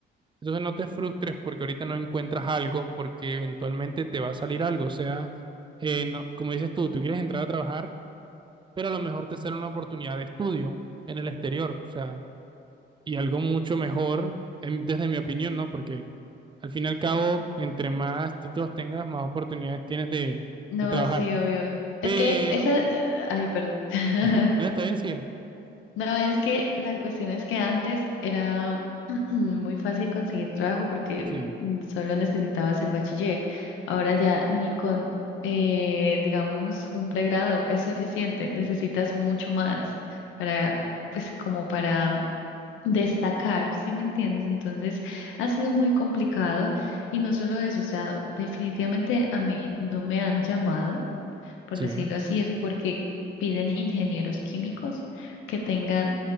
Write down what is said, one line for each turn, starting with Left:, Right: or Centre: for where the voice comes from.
Right: entonces no te frustres porque ahorita no encuentras algo, porque eventualmente te va a salir algo. O sea, eh, no- como dices tú, tú quieres entrar a trabajar, pero a lo mejor te sale una oportunidad de estudio en el exterior. O sea, y algo mucho mejor, en- desde mi opinión, ¿no? Porque al fin y al cabo, entre más títulos tengas, más oportunidades tienes de,
Left: No,
Right: de trabajar.
Left: sí, obvio.
Right: Pero,
Left: Es que esa, ay, perdón. <laughs>
Right: eh, ¿está bien? Sí,
Left: No, es que la cuestión es que antes era <clears throat> muy fácil conseguir trabajo porque
Right: sí,
Left: mm, solo necesitabas el bachiller. Ahora ya ni con, eh, digamos, un pregrado es suficiente. Necesitas mucho más para, pues, como para destacar, ¿sí me entiendes? Entonces ha sido muy complicado y no solo eso, o sea, definitivamente a mí no me han llamado por
Right: sí,
Left: decirlo así, es porque piden ingenieros químicos que tengan